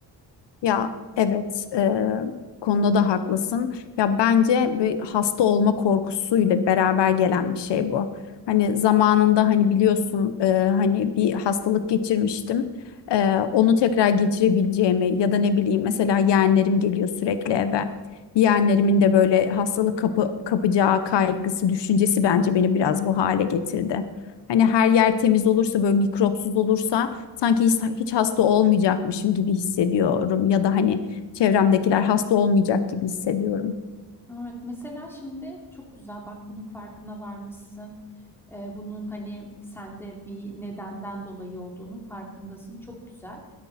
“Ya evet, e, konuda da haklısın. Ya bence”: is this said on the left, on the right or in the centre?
Left